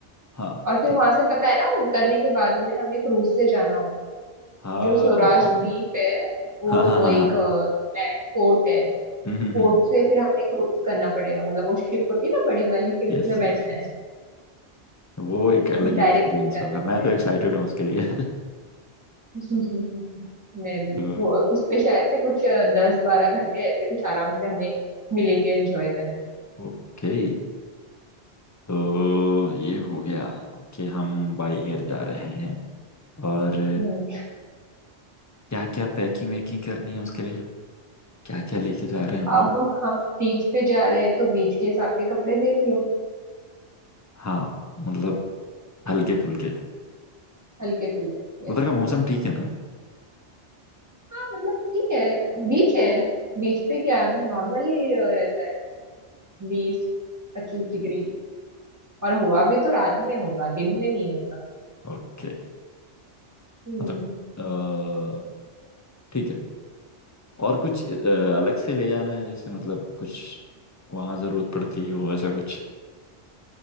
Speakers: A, on the left; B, on the right.
A: हाँ
B: और फिर
A: ठीक
B: वहां
A: है
B: से पता है ना उतरने के बाद में हमें क्रूज से जाना होगा
A: हाँ
B: जो स्वराज
A: हाँ
B: द्वीप है वो,
A: हाँ
B: वो
A: हाँ हाँ
B: एक
A: हाँ।
B: पोर्ट है
A: हम्म
B: पोर्ट से फिर हमें क्रूज करना पड़ेगा मतलब वो शिप होती है ना बड़ी वाली फिर उसमें
A: यस
B: बैठना
A: यस यस
B: है
A: वो एक अलग एक्सपीरियंस
B: डायरेक्ट नहीं जा
A: होगा
B: सकते
A: मैं तो एक्साइटेड हूँ उसके लिए <laughs>
B: हाँ। <laughs> मैं भी
A: तो
B: वो उस पे शायद से कुछ दस बारह घंटे ऐसे कुछ आराम से हमें मिलेंगे एंजॉय करने
A: ओके तो ये हो गया कि हम बाई एयर जा रहे हैं और
B: हम्म,
A: क्या क्या पैकिंग वैकिंग करनी है उसके लिए क्या क्या लेके जा रहे हैं हम लोग
B: अब हम बीच पे जा रहे हैं तो बीच के हिसाब के कपड़े देख लो
A: हाँ मतलब हल्के फुल्के
B: हल्के फुल्के
A: उधर
B: yes.
A: का मौसम ठीक है ना
B: हाँ मतलब ठीक है बीच है बीच पे क्या नॉर्मली रहता है बीस पच्चीस डिग्री और हुआ भी तो रात में होगा दिन में नहीं होगा
A: ओके
B: हम्म
A: मतलब अ, ठीक है और कुछ अ, अलग से ले जाना है जैसे मतलब कुछ वहाँ जरूरत पड़ती हो ऐसा कुछ